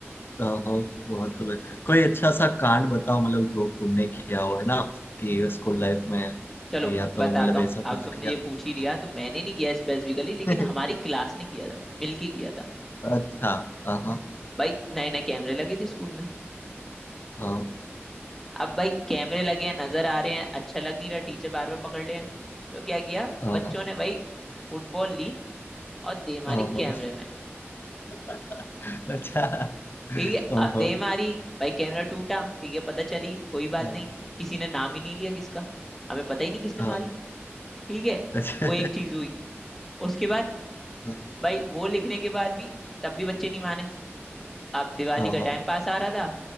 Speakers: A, on the left; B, in the centre.
A: हाँ हाँ, बहुत खबर कोई अच्छा सा कांड बताओ मतलब जो तुमने किया हो है ना कि स्कूल लाइफ में
B: चलो
A: या तो
B: बताता
A: मतलब
B: हूँ
A: ऐसा कुछ
B: अब तुमने
A: किया
B: ये
A: हो।
B: पूछ ही लिया
A: हाँ।
B: तो मैंने नहीं किया स्पेसिफिकली
A: <laughs>
B: लेकिन हमारी क्लास ने किया था मिलके किया था
A: अच्छा हाँ हाँ।
B: भाई नए नए कैमरे लगे थे स्कूल में
A: हाँ
B: अब भाई कैमरे लगे हैं नजर आ रहे हैं अच्छा लग नहीं रहा टीचर बार बार पकड़ रहे हैं तो क्या किया
A: हाँ
B: बच्चों
A: हाँ
B: ने भाई फुटबॉल ली और दे
A: हाँ
B: मारी कैमरे में
A: <laughs> अच्छा
B: ठीक है
A: हाँ
B: अब दे
A: हाँ
B: मारी भाई कैमरा टूटा ठीक है पता चली कोई बात
A: हाँ
B: नहीं किसी ने नाम ही नहीं लिया किसका हमें पता ही नहीं किसने
A: हाँ,
B: मारी ठीक है
A: अच्छा
B: वो एक चीज हुई उसके बाद
A: हाँ
B: भाई वो लिखने के बाद भी तब भी बच्चे नहीं माने ब- अब दिवाली
A: हाँ
B: का टाइम पास आ रहा था